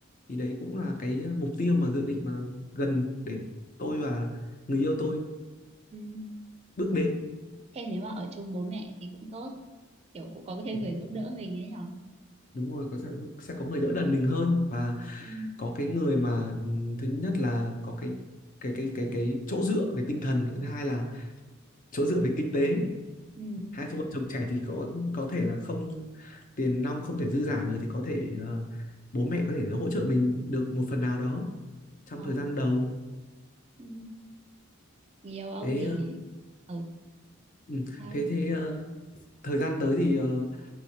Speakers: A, on the left; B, on the right.
A: thì đấy cũng là cái ờ, mục tiêu mà dự định mà gần để tôi và người yêu tôi
B: Ừ.
A: bước đến
B: thế nếu mà ở chung bố mẹ thì cũng tốt kiểu cũng có thêm
A: Ừ,
B: người giúp đỡ mình ấy nhở
A: đúng rồi có sẽ sẽ có người đỡ đần mình hơn và
B: ừ.
A: có cái người mà ừ, thứ nhất là có cái cái cái cái cái chỗ dựa về tinh thần thứ hai là chỗ dựa về kinh tế
B: Ừ.
A: hai vợ chồng trẻ thì có có thể là không tiền nong không thể dư giả được thì có thể ờ, bố mẹ có thể hỗ trợ mình được một phần nào đó trong
B: Ờ.
A: thời gian đầu
B: Ừ. Nhiều ông
A: thế
B: thì
A: ờ,
B: ừ.
A: ừ,
B: sao
A: thế thế ờ, thời gian tới thì ờ,